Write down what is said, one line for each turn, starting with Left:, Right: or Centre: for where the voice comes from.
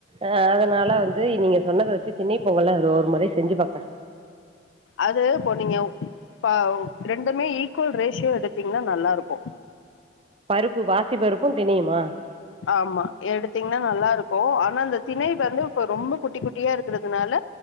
Right: ஆ அதுனால வந்து நீங்க சொன்னத வச்சு தின்னண பொங்கல்லா ஒரு முறை செஞ்சு பாக்கறே
Left: அது இப்போ நீங்க ப ரெண்டுமே ஈக்குவல் ரேஷியோ எடுத்தீங்னா நல்லாருக்கு
Right: பருப்பு பாசி பருப்பு திணையுமா
Left: ஆமா எடுத்தீங்கன்னா நல்லா இருக்கு ஆனா அந்த திணை வந்து இப்ப ரொம்ப குட்டி குட்டியா இருக்கறதுனால